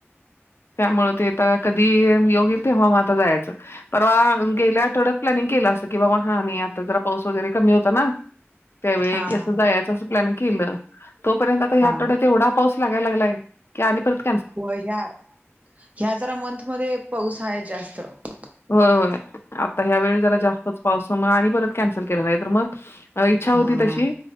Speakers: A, on the left (about 60°); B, on the right (about 30°).
A: त्यामुळें तेतां कधीं येईल योग्य तेंव्हा मं आंता जायचं पर्वा गेल्यानं आठवड्यांत प्लॅनिंग केलं असं कि बाबां हां आणि आंता जरां पाऊस वगैरें कमी होतां नां त्यांवेळी
B: हा
A: कसं
B: हा
A: जायचं असं प्लॅन केलं तोपर्यंत आंता ह्यां
B: हा
A: आठवड्यांत एवढां पाऊसं लागांयला लागलांय की आणि परंत
B: हो ह्यां ह्यां जरा मंथमध्यें पाऊस आहेतं जास्तं
A: हो होयं आंता ह्यां वेळी जरां जास्तंच पाऊस मंग आणि परंत कॅन्सल केले जांयाच तरं मंग ईच्छा होती
B: हा
A: तशी
B: हा